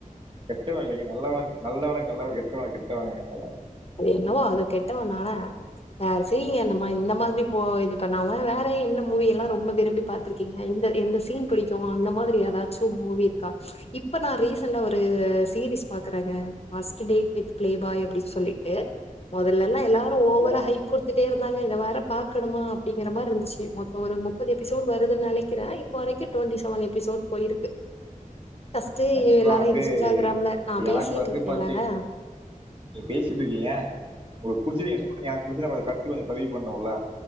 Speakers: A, on the right (about 40°); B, on the left (about 45°).
A: கெட்டவ இல்லைங்க நல்ல நல்ல வக்கு நல்லவ எத்து <inaudible> வாங்க தல
B: அது என்னவோ அத கெட்டவன் தான சரிங்க நம்ம ஆ இந்த மாரி இது பண்ணாம வேற என்ன மூவி எல்லாம் ரொம்ப விரும்பி பா்த்திருக்கீங்க இந்த எந்த சீன் பிடிக்கும் அந்த மாரி ஏதாச்சும் மூவி இருக்கா இப்ப நான் ரீசண்டா ஒரு சீரீஸ் பாக்குறேங்க பஸ்டு டே பிளே பாய் அப்டின்னு சொல்லி முதல்லல்ல எல்லாரும் ஓவர
A: எனக்கு
B: ஹய் கொடுத்துட்டே இருந்து நாங்க இந்த வாரம் பாக்கணுமா அப்படிங்கற மாதிரி இருந்துச்சு மொத்தம் ஒரு முப்பது எபிசோடு வருதுன்னாலே க்கிறேன் இப்போதைக்கு டுவெண்டி செவன் எபிசோட் போயிருக்கு பஸ்ட்
A: ஆக்சுவலா
B: எல்லாரும்
A: வந்து
B: இன்ஸ்டாகிராம்ல நான்
A: எனக்கு
B: பேசிட்டு
A: வந்து
B: இருக்கேன்ல்லங்க
A: பாத்தீங்க நீங்க பேசிட்டு இருக்கீங்க உங்களுக்கு புிடிச்சங்க சொல்லறீங்க என கத்து கொஞ்ச பதிவு பண்ணும்ல